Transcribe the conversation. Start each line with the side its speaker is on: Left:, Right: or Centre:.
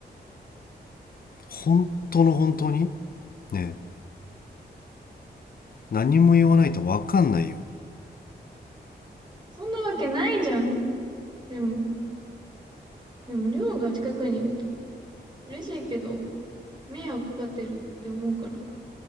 Left: 本当の本当にね何も言わないと分かんないよ
Right: そんなわけないじゃん。でも、でも、りょうが近くにいると嬉しいけど、迷惑かかってるって思うから。